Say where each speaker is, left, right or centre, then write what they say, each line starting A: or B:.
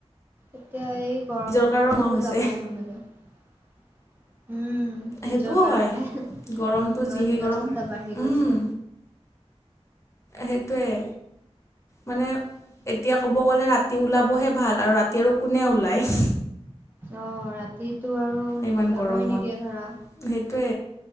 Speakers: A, on the right; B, on the left.
A: এতিয়া এই গৰমত
B: নিজৰ কাৰণ
A: ক'তো
B: হোৱা হৈছে
A: যাব মনযায়। উম
B: সেইটোও
A: নিজৰ কাৰণে
B: হয়।
A: ইমান
B: গৰমটো যিহে
A: ব্যস্ততা
B: গৰম
A: বাঢ়ি
B: উম
A: গৈছে।
B: সেইটোৱে মানে। এতিয়া ক'ব গ'লে ৰাতি ওলাবহে ভাল আৰু ৰাতি আৰু কোনে ওলায়।
A: অ ৰাতিটো আৰু
B: ইমান
A: ওলাবই
B: গৰমত
A: নিদিয়ে ধৰা।
B: সেইটোৱে।